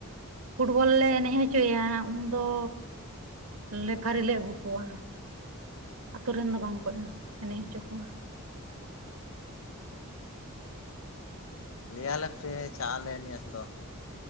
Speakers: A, on the right (about 80°); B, on the left (about 70°).
A: ᱯᱷᱩᱴᱵᱚᱞ ᱞᱮ ᱮᱱᱮᱡ ᱦᱚᱪᱚᱭᱟ, ᱩᱱᱫᱚ ᱞᱮᱯᱷᱟᱨᱤ ᱞᱮ ᱟᱹᱜᱩ ᱠᱚᱣᱟ, ᱟᱹᱛᱩ ᱨᱮᱱ ᱫᱚ ᱵᱟᱝᱠᱚ ᱮᱱᱮᱡ ᱦᱚᱪᱚ ᱠᱚᱣᱟ᱾
B: ᱞᱟᱹᱭ ᱟᱞᱮ ᱯᱮ ᱪᱟᱜ ᱟᱞᱮ ᱱᱮᱥ ᱫᱚ᱾